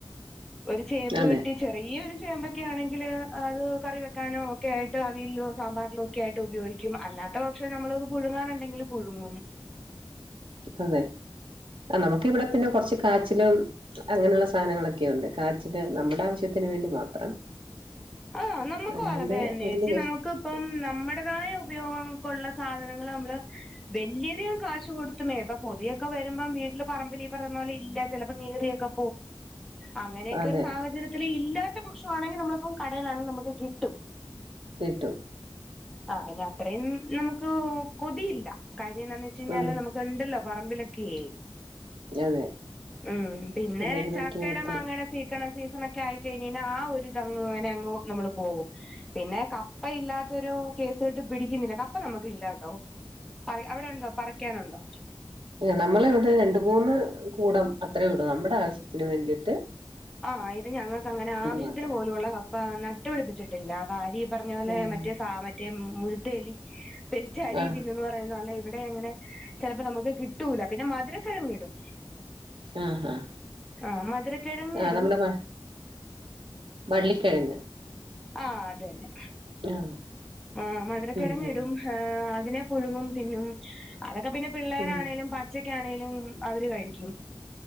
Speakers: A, in the centre; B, on the right.
A: ഒരു ചേമ്പ്
B: അതെ
A: വെട്ടി ചെറിയൊരു ചെമ്പൊക്കെ ആണെങ്കിൽ അത് കറി വെക്കാനോക്കെയായിട്ട് അവിലോ സാമ്പാറിലോ ഒക്കെയായിട്ട് ഉപയോഗിക്കും അല്ലാത്ത പക്ഷം നമ്മളത് പുഴുങ്ങാനുണ്ടെങ്കിൽ പുഴുങ്ങും
B: അതെ ആഹ് നമ്മക്ക് ഇവിടെ പിന്നെ കൊറച്ച് കാച്ചിലും അങ്ങനെയുള്ള സാധനങ്ങളൊക്കെയ ഉണ്ട് കാച്ചില് നമ്മടെ ആവശ്യത്തിന് വേണ്ടി മാത്രം
A: ആഹ് നമ്മക്ക്
B: അല്ലാണ്ട്
A: അത് അന്നെച്ചി
B: വലിയ കൃഷി
A: നമുക്ക് ഇപ്പം നമ്മടേതായ ഉപയോഗങ്ങൾക്കുള്ള സാധനങ്ങള് നമ്മള് വലിയധികം കാശ് കൊടുത്തുമേ ഇപ്പൊ കൊതിയൊക്കെ വരുമ്പം വീട്ടില് പറമ്പിൽ ഈഹ് പറയുന്ന പോല ഇല്ല ചിലപ്പോ നീറീയൊക്കെ
B: <inaudible>
A: അങ്ങനേക്കെ
B: അതെ
A: ഒരു സാഹചര്യത്തില് ഇല്ലാത്ത പക്ഷവാണെങ്കി നമ്മളിപ്പം കടേലാണെങ്കി നമുക്ക് കിട്ടും
B: കിട്ടും
A: ആഹ് അയ്ന് അത്രയും നമ്മക്ക് കൊതിയില്ല കാര്യയെന്താന്ന് വെച്ച ഴിഞ്ഞാല്
B: ഉം
A: നമുക്ക് - അത്ണ്ടല്ലൊ പറമ്പിലൊക്കേ
B: അതെ
A: ഉം പിന്നെ
B: എന്തെങ്കിലുമൊക്കെ
A: ചക്കേടേം
B: ആയിട്ട്
A: മാങ്ങേടേം സീ- സീസണക്കെ ആയിക്കഴിഞ്ഞഴിഞ്ഞ ആഹ് ഒരിതങ്ങനെ അങ്ങ് നമ്മള് പോകും പിന്നെ കപ്പ ഇല്ലാത്തൊരു കേസെട്ട് പിടിക്കുന്നില്ല കപ്പ നമ്മക്ക് ഇല്ലാട്ടൊ പറിക്കാ അവിടെ ഉണ്ടോ പറിക്കാനുണ്ടൊ
B: നമ്മളിവിടെ രണ്ട് മൂന്ന് കൂടം അത്രേള്ളു നമ്മടെ ആവശ്യത്തിന് വേണ്ടീട്ട്-
A: ആഹ് ഇത് ഞങ്ങക്ക് അങ്ങന ആവിശ്യത്തിന്
B: മാത്രം
A: പോലുള്ള കപ്പ നട്ട്പിടിപ്പിച്ചിട്ടില്ല കാര്യം - പറഞ്ഞോലെ
B: ആഹ്
A: മറ്റെ സാ മറ്റെ മുഴുത്തേലി പെരിച്ചാഴി
B: ആഹ്
A: തിന്നന്ന് പറയുന്നപോലെ ഇവിടെ അങ്ങനെ ചെലപ്പം നമ്മക്ക് കിട്ടൂല പിന്ന മധുരക്കെഴങ്ങിടും
B: ആഹ് ആഹ്
A: ആഹ് മധുരക്കെഴങ്ങ്
B: അതമ്മടെ
A: -
B: വ വള്ളിക്കെഴങ്ങ്
A: ആഹ് അതന്നെ
B: ആഹ്
A: ആഹ് മധുരക്കെഴങ്ങിടും
B: ഉം ഉം
A: അതിനെ പുഴുങ്ങും തിന്നും അതൊക്ക പ്പിന്നെ- പിള്ളേരാണേലും
B: ഉം
A: പച്ചക്കാണേലും അവര് കഴിക്കും-